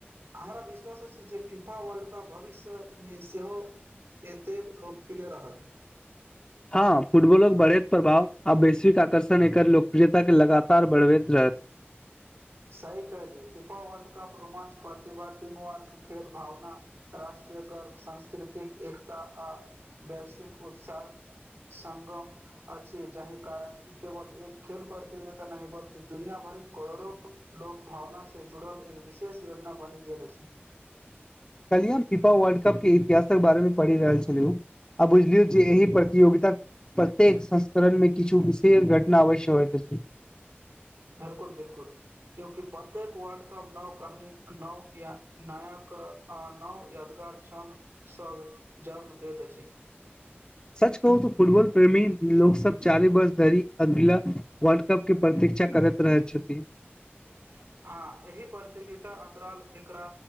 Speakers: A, on the right; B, on the left.
A: हमरा विश्वास अछि जे फीफा वर्ल्ड कप भविष्यमे सेहो एतेक लोकप्रिय रहत
B: हँ फुटबॉलक बढ़ैत प्रभाव आ वैश्विक आकर्षण एकर लोकप्रियता के लगातार बढ़बैत रह हत।
A: सही कहलियै फीफा वर्ल्ड कप रोमांच प्रतिभा, टीम वर्क, खेल भावना, राष्ट्रीय गर्व, संंस्कृतिक एक आ आ वैश्विक उत्साह संगम अछि जाहि कारण ई केवल एक खेल प्रतियोगिता नहि बल्कि दुनियाभर के करोड़ो लोक भावना से जुड़ल एक विशेष योजना बनि गेल अछि।
B: कल्ही हम फीफा वर्ल्ड कपके इतिहासक बारेमे पढ़ि रहल छलु आ बुझिलियउ जे एही प्रतियोगिता प्रत्येक संस्करणमे किछु विशेष घटना अवश्य होइत अछि।
A: बिलकुल बिलकुल क्योंकि प्रत्येक वर्ल्ड अब नओ कहानी नओ या नयाक आन नव यादगार छणसभ जन्म दैत अछि।
B: सच कहू तो फुटबॉल प्रेमी लोक सब चारी वर्ष धरि अगिला वर्ल्ड कप के प्रति क्षा करैत रहै छथि।
A: <inaudible> हँ एहि प्रतियोगिता अंतराल एकरा